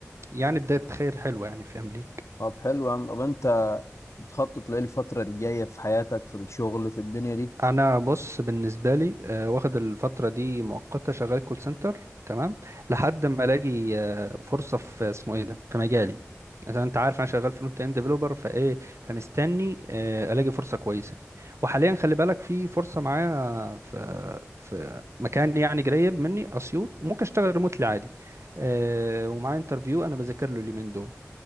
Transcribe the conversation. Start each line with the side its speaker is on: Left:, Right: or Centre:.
Right: يعني بداية خير حلوة يعني في امريكا
Left: طب حلو يا عم طب انت بتخطط لايه الفتره الجايه في حياتك في الشغل في الدنيا دي
Right: انا بص بالنسبه لي آه، واخد الفتره دي مؤقته شغال كول سنتر تمام لحد ما الاقي آه، فرصه في اسمه ايه ده في مجالي عشان انت عارف انا شغال فرونت اند ديفلوبر فايه فمستني آه، الاقي فرصه كويسه وحاليا خلي بالك في فرصه معايا في في مكان يعني قريب مني اسيوط وممكن اشتغل ريموتلي عادي آه، ومعايا انترفيو انا بذاكر له اليومين دول